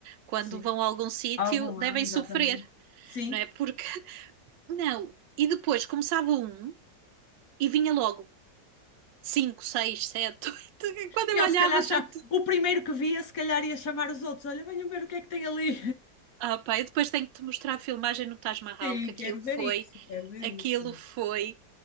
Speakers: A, on the right (about 80°); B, on the left (about 55°).
A: quando
B: sim.
A: vão a algum sítio,
B: Algum
A: devem
B: lado, exatamente.
A: sofrer
B: Sim.
A: não é? Porque não. E depois começava um e vinha logo 5, 6, 7. <laughs> 8. Quando eu
B: E ele
A: olhava
B: se calhar, cha-
A: já tinha.
B: o primeiro que via, se calhar ia chamar os outros. Olha, venham ver o que é que tem ali.
A: Ah, pá, eu depois tenho que te mostrar a filmagem no Taj
B: <laughs>
A: Mahal,
B: Sim,
A: que aquilo
B: quero ver
A: foi,
B: isso, quero ver
A: aquilo
B: isso.
A: foi.